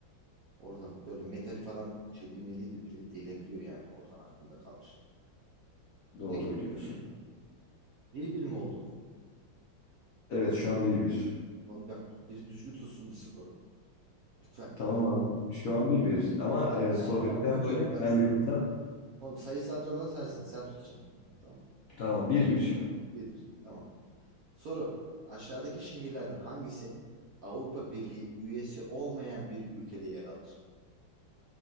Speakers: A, on the right (about 65°); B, on the left (about 60°).
A: Oradan böyle metali falan çeliği meliği de bile delebiliyor yani. Oradan aklımda kalmış.
B: Doğru
A: Peki.
B: biliyorsun.
A: Bir bir mi oldu?
B: Evet şu an 1-1.
A: Oğlum bak biri düzgün tutsun bu skoru. Lütfen.
B: Tamam abi. Şu an 1-1. Ama
A: Tamam
B: e, soruyu
A: ben ben unutuyorum.
B: biraz zorlayan
A: Bak
B: ya. Ben bilsem
A: oğlum sayısalcı olan sensin. Sen tutacaksın. Hı, Tamam.
B: tamam 1-1 şu an.
A: Bir bir. Tamam. Soru. Aşağıdaki şehirlerden hangisi Avrupa Birliği üyesi olmayan bir ülkede yer alır?